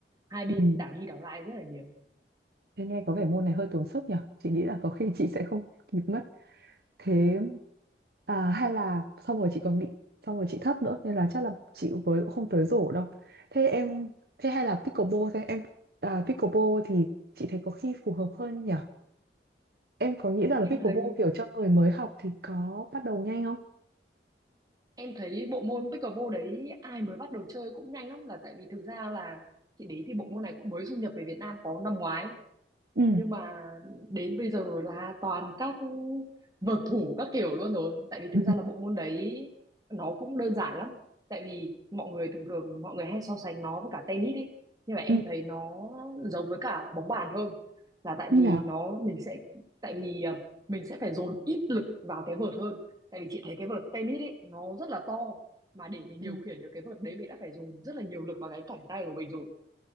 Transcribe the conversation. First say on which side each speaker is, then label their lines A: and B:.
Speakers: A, on the right (about 20°); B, on the right (about 55°).
A: hai bên
B: Ừ.
A: đảo đi đảo lại rất là nhiều
B: Thế nghe có vẻ môn này hơi tốn sức nhỉ? Chị nghĩ là có khi chị sẽ không kịp mất. Thế à, hay là xong rồi chị còn bị xong rồi chị thấp nữa nên là chắc là chị với cũng không tới rổ đâu. Thế em thế hay là pickleball thế em à, pickleball thì chị thấy có khi phù hợp hơn nhỉ? Em có nghĩ rằng là
A: em
B: pickleball
A: thấy
B: kiểu cho người mới học thì có bắt đầu nhanh không?
A: em thấy bộ môn pickleball đấy ai mới bắt đầu chơi cũng nhanh lắm là tại vì thực ra là chị đấy thì bộ môn này cũng mới du nhập về Việt Nam có năm ngoái
B: ừ
A: nhưng mà đến bây giờ là toàn các vợt thủ các kiểu luôn rồi tại vì
B: <laughs>
A: thực
B: ừ
A: ra là bộ môn đấy nó cũng đơn giản lắm tại vì mọi người thường thường mọi người hay so sánh nó với cả tennis đi nhưng mà em
B: ừ
A: thấy nó giống với cả bóng bàn hơn là tại
B: như
A: vì
B: nào
A: nó mình sẽ tại vì à, mình sẽ phải dồn ít lực vào cái vợt hơn tại vì chị thấy cái vợt tennis ấy nó rất là to mà để mình
B: Ừ.
A: điều khiển được cái vợt đấy mình đã phải dồn rất là nhiều lực vào cái cẳng tay của mình rồi